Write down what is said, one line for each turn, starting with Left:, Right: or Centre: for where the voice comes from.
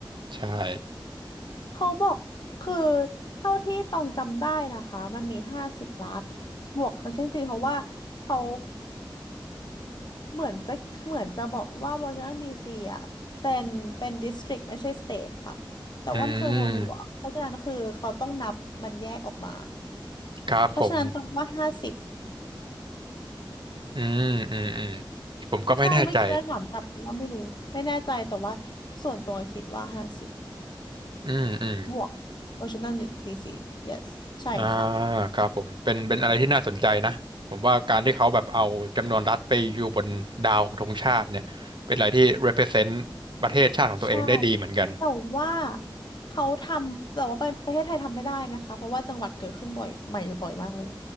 Right: ใช่
Left: เขาบอกคือเท่าที่ตองจำได้นะคะมันมีห้าสิบล้านบวกวอชิงตันดีซีเพราะว่าเขาเหมือนจะเหมือนจะบอกว่าวอชิงตันดีซีอ่ะเป็นเป็นดิสตริกไม่ใช่สเตทค่ะแต่ว่ามันคือเมืองหลวงเพราะฉะนั้นคือเขาต้องนับมันแยกออกมา
Right: อืมครับผม
Left: เพราะฉะนั้นตองว่าห้าสิบ
Right: อืมอืมอืมผมก็ไม่แน่ใจ
Left: ใช่เมื่อกี้เราถามกลับเพราะว่าไม่รู้ไม่แน่ใจแต่ว่าส่วนตัวคิดว่าห้าสิบ
Right: อืมอืม
Left: บวกวอชิงตันดีซี yes ใช่ค่ะ
Right: อ่าครับผมเป็นเป็นอะไรที่น่าสนใจนะผมว่าการที่เขาแบบเอาจำนวนรัฐไปอยู่บนดาวของธงชาติเนี่ยเป็นอะไรที่ represent ประเทศชาติของตัวเองได้ดีเหมือนกัน
Left: ใช่แต่ว่าเขาทำแต่ว่าประประเทศไทยทำไม่ได้นะคะเพราะว่าจังหวัดเกิดขึ้นบ่อยใหม่บ่อยมากเลย